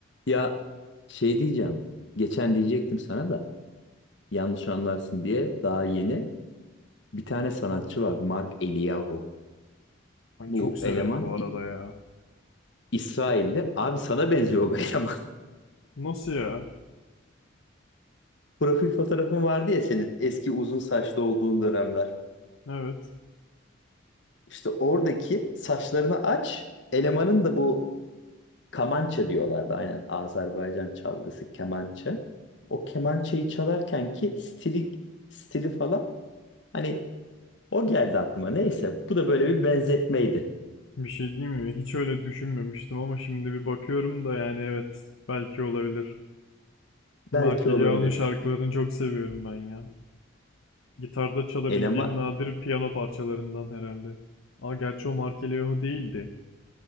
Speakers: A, on the left; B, on the left.
A: Ya şey diyeceğim. Geçen diyecektim sana da yanlış anlarsın diye daha yeni bir tane sanatçı var Mark Eliyahu.
B: Ay
A: Bu
B: çok severim
A: eleman
B: bu arada
A: İ-
B: ya.
A: İsrailli. Abi sana benziyor bu eleman.
B: Nasıl ya?
A: <laughs> Profil fotoğrafın vardı ya senin eski uzun saçlı olduğun dönemler.
B: Evet.
A: İşte oradaki saçlarını aç. Elemanın da bu kamança diyorlardı. Aynen Azerbaycan çalgısı kemança. O kemançayı çalarken ki stili, stili falan Hani O geldi aklıma. Neyse bu da böyle bir benzetmeydi.
B: Bir şey diyeyim mi? Hiç öyle düşünmemiştim ama şimdi bir bakıyorum da yani evet. Belki olabilir. Mark
A: Belki
B: Eliyahu'nun
A: olabilir.
B: şarkılarını çok seviyorum ben ya. Gitarda çalabildiğim
A: Elema
B: nadir piyano parçalarından herhalde. Aa gerçi o Mark Eliyahu değildi.